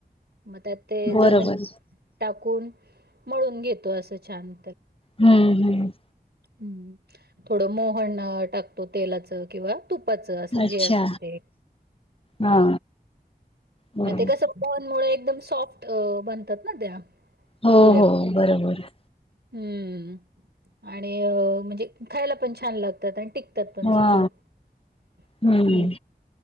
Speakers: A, on the right; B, on the left.
A: मग त्यात ते
B: बरोबर
A: जमेल टाकून मळून घेतो असं छान
B: हम्म हम्म
A: हम् थोडं मोहन टाकतो तेलाच किंवा तुपाच अस
B: अच्छा
A: जे अस ते्
B: हा बरोबर
A: मग ते कस एकदम सॉफ्ट बनतात ना त्या
B: हो
A: पुऱ्या.
B: हो बरोबर आहे
A: हम्म आणि म्हणजे खायला पण छान लागतात आणि तात पणच
B: हा
A: भररम्
B: हम्म